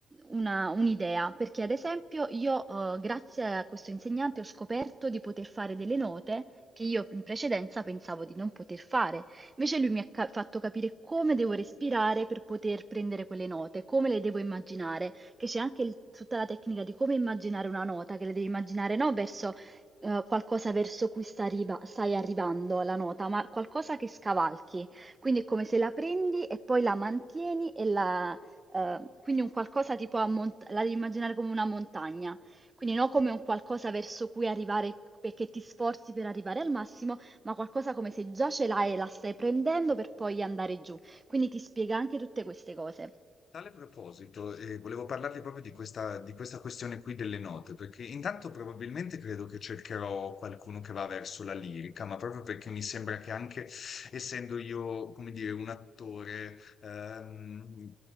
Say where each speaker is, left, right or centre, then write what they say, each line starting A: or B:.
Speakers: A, on the right; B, on the left.
A: una- un'idea, perché ad esempio io, eh, grazie a questo insegnante, ho scoperto di poter fare delle note che io in precedenza pensavo di non poter fare. Invece lui mi ha ca- fatto capire come devo respirare per poter prendere quelle note, come le devo immaginare, che c'è anche il- tutta la tecnica di come immaginare una nota, che le devi immaginare no verso eh, qualcosa verso cui sta arriva- stai arrivando la nota, ma qualcosa che scavalchi. Quindi è come se la prendi e poi la mantieni e la... eh, quindi un qualcosa tipo a mont- la devi immaginare come una montagna, quindi non come un qualcosa verso cui arrivare perché ti sforzi per arrivare al massimo, ma qualcosa come se già ce l'hai e la stai prendendo per poi andare giù. Quindi ti spiega anche tutte queste cose.
B: Tale proposito, eh, volevo parlarvi proprio di questa, di questa questione qui delle note, perché intanto probabilmente credo che cercherò qualcuno che va verso la lirica, ma proprio perché mi sembra che anche essendo io, come dire, un attore, ehm,